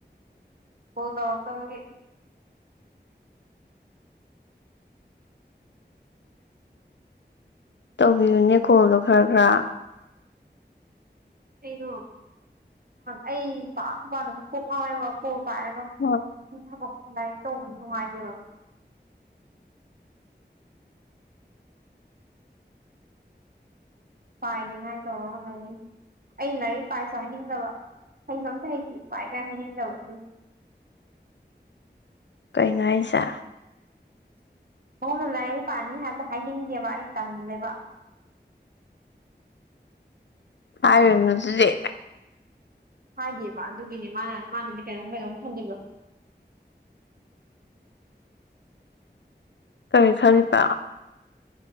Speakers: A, on the right (about 55°); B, on the left (about 80°).
A: ꯍꯣꯗ ꯃꯥꯒꯤ
B: ꯇꯧꯕꯤꯌꯨꯅꯦ ꯀꯣꯜꯗꯣ ꯈꯔ ꯈꯔ
A: ꯑꯩꯗꯣ ꯑꯩ ꯄꯥꯁꯨꯄꯥ ꯅ ꯄꯣꯛ ꯉꯥꯎꯋꯦꯕ ꯀꯣ ꯄꯥꯏꯔꯒ
B: <inaudible>
A: ꯊꯕꯛ ꯂꯥꯏꯔꯤꯛ ꯇꯧꯕꯁꯨ ꯅꯨꯡꯉꯥꯏꯇꯦꯕ ꯄꯥꯏꯅꯤꯉꯥꯏꯇꯧꯔꯒ ꯂꯩ ꯑꯩ ꯂꯥꯏꯔꯤꯛ ꯄꯥꯏꯁꯨ ꯍꯥꯏꯅꯤꯡꯗꯕ ꯍꯩꯁꯨ ꯑꯝꯇ ꯍꯩꯇꯦ ꯄꯥꯏ ꯀꯥꯏꯅ ꯍꯥꯏꯅꯤꯡꯗꯕ ꯑꯗꯨꯝ
B: ꯀꯅꯣ ꯍꯥꯏꯁꯦ
A: ꯅꯉꯣꯟꯗ ꯂꯥꯏꯔꯤꯛ ꯄꯥꯅꯤ ꯍꯥꯏꯕ ꯍꯥꯏꯅꯤꯡꯗꯦꯕ ꯑꯩ ꯇꯟꯂꯦꯕ
B: ꯍꯥꯏꯔꯅꯨ ꯑꯗꯨꯗꯤ
A: ꯍꯥꯏꯗꯦꯕ ꯑꯗꯨꯒꯤꯅꯦ ꯃꯥꯅ ꯃꯥꯅꯗꯤ ꯀꯩꯅꯣꯝ ꯀꯩꯅꯣꯝ ꯈꯟꯗꯣꯏꯕ
B: ꯀꯔꯤ ꯈꯂꯤꯄ